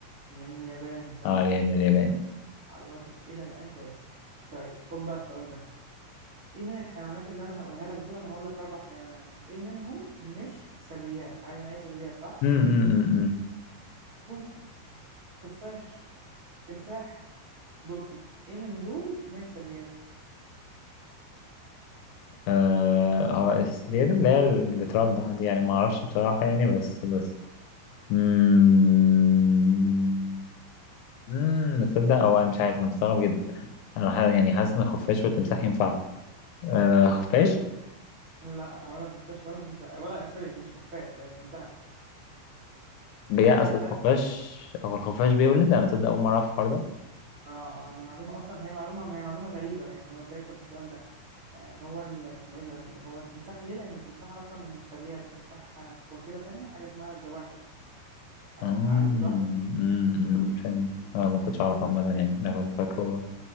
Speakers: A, on the right (about 65°); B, on the left (about 80°).
A: ين ياباني صح
B: اه الين الياباني
A: معلوماتك إلى الآن كويسة طيب خد بقى السؤال ده ايه من الحيوانات اللي انا هقولها لك دول انا هقول لك اربع حيوانات ايه منهم مش ثدييات عارف يعني ايه ثدييات صح
B: أم، أم، أم، أم.
A: حوت خفاش تمساح دولفين ايه من دول مش ثدييات
B: آه هو السيدة اللي هي اللي بتردع دي يعني ما اعرفش بصراحة يعني بس بس امم امم تصدق او انا مش عارف انا مستغرب جدا انا ح- يعني حاسس ان الخفاش والتمساح ينفعوا آه خفاش
A: لا ولا خفاش ولا تمساح ولا سوري مش خفاش هي التمساح
B: بجد
A: التمساح
B: اصل
A: ده
B: الخفاش هو الخفاش بيولد انا تصدق اول مرة اعرف الحوار ده
A: اه اه دي معلومة أصلا هي معلومة ما هي معلومة غريبة يعني هو تركب السؤال ده آه هو ال- اسمه إيه ده اللي هو التمساح ليه؟ لأن التمساح أصلا مش سريع التمساح آه، في فصيلة تانية حاجة اسمها الزواحف آه،
B: امم
A: عارف الزواحف؟
B: أمم، أمم، فهمت آه ما كنتش اعرف عامة
A: ماشي
B: يعني انا كنت فاكره